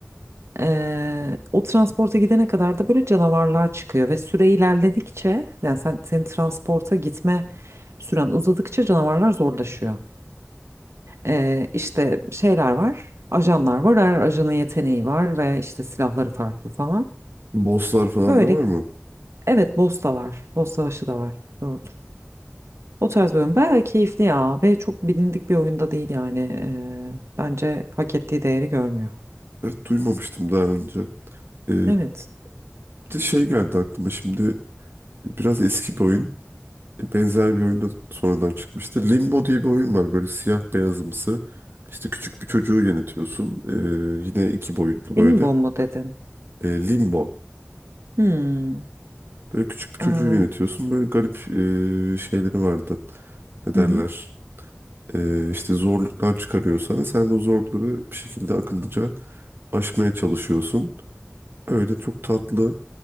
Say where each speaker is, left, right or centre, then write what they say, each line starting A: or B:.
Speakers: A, on the right; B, on the right.
A: Ee, o transporta gidene kadar da böyle canavarlar çıkıyor ve süre ilerledikçe yani sen senin transporta gitme süren uzadıkça canavarlar zorlaşıyor. Ee, işte şeyler var, ajanlar var. Her ajanın yeteneği var ve işte silahları farklı falan.
B: Bosslar falan
A: Böyle
B: da var mı?
A: evet boss da var. Boss Savaşı da var. Doğrudur. O tarz bir oyun bayağı keyifli ya ve çok bilindik bir oyunda değil yani. Ee, bence hak ettiği değeri görmüyor.
B: Evet, duymamıştım daha önce. E,
A: Evet.
B: Bir de şey geldi aklıma şimdi biraz eski bir oyun. E, Benzer bir oyun da sonradan çıkmıştı. Limbo diye bir oyun var böyle siyah beyazımsı. İşte küçük bir çocuğu yönetiyorsun. Ee, yine iki boyutlu
A: Emin
B: böyle.
A: bomba dedin.
B: Ee, Limbo.
A: Hmm.
B: Böyle küçük bir çocuğu
A: Ee, hı
B: yönetiyorsun. Böyle garip ee, şeyleri vardı. Ne derler?
A: hı.
B: Ee, işte zorluklar çıkarıyor sana. Sen de o zorlukları bir şekilde akıllıca aşmaya çalışıyorsun. Öyle çok tatlı,